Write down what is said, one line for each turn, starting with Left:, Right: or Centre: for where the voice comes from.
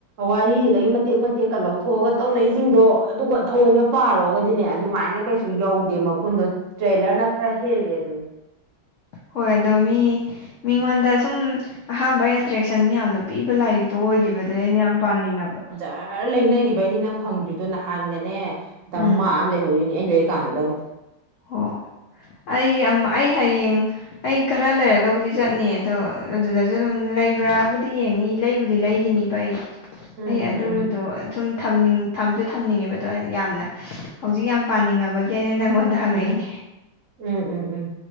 Right: ꯋꯥꯔꯤꯁꯤꯗꯒꯤ ꯃꯇꯦꯛ ꯃꯇꯦꯛꯀ ꯂꯧꯊꯣꯛꯑꯒ ꯇꯧꯅꯩꯁꯤꯡꯗꯣ ꯑꯗꯨꯒ ꯊꯑꯣꯏꯅ ꯄꯥꯔꯨꯔꯒꯗꯤꯅꯦ ꯑꯗꯨꯃꯥꯏꯅ ꯀꯩꯁꯨ ꯨ ꯌꯧꯗꯦ ꯃꯒꯨꯟꯗꯣ ꯇ꯭ꯔꯦꯂꯔꯅ ꯈꯔ ꯍꯦꯜꯂꯦ ꯗꯨꯅꯤ
Left: ꯍꯣꯏꯗꯣ ꯃꯤ ꯃꯤꯉꯣꯟꯗ ꯁꯨꯝ ꯑꯍꯥꯥꯟꯕ ꯑꯦꯇ꯭ꯔꯦꯛꯁꯟ ꯌꯥꯝꯅ ꯄꯤꯕ ꯂꯥꯏꯔꯤꯛ ꯇꯣ ꯑꯣꯏꯈꯤꯕꯗꯩ ꯑꯩꯗ‌ꯣ ꯌꯥꯝ ꯄꯥꯅꯤꯡꯉꯕ
Right: <unintelligible> ꯂꯩꯅꯈꯤꯕꯩꯅꯤ ꯅꯪ ꯐꯪꯗ꯭ꯔꯤꯗꯣ ꯅꯍꯥꯟꯒꯅꯦ ꯗꯃꯥ
Left: ꯎꯝ
Right: ꯑꯃ ꯂꯩꯍꯧꯔꯤꯅꯤ ꯑꯩꯅ ꯀꯥꯟꯗ ꯗꯨꯕꯨꯗꯤ
Left: ꯍ‌ꯣꯏ ꯑꯩ ꯑꯃ ꯑꯩ ꯍꯥꯌꯦꯡ ꯑꯩ ꯈꯔ ꯂꯩꯔꯒꯕꯨꯗꯤ ꯆꯠꯅꯤ ꯑꯗꯣ ꯑꯗꯨꯗꯁꯨ ꯑꯗꯨꯝ ꯂꯩꯕ꯭ꯔꯥꯕꯨꯗꯤ ꯌꯦꯡꯅꯤ ꯂꯩꯕꯨꯗꯤ ꯂꯩꯒꯤꯅꯤꯕ ꯑꯩ
Right: ꯎꯝ
Left: ꯑꯩ
Right: ꯎꯝ
Left: ꯑꯗꯨꯗꯣ
Right: ꯎꯝ
Left: ꯁꯨꯝ ꯊꯝꯅꯤꯡ ꯊꯝꯁꯨ ꯊꯝꯅꯤꯡꯉꯦꯕꯗꯣ ꯌꯥꯝꯅ ꯍꯧꯖꯤꯛ ꯌꯥꯝ ꯄꯥꯅꯤꯡꯉꯕꯒꯤ ꯑꯩꯅ ꯅꯪꯉꯣꯟꯗ ꯍꯪꯉꯛꯏꯅꯤ
Right: ꯎꯝ ꯎꯝ ꯎꯝ ꯎꯝ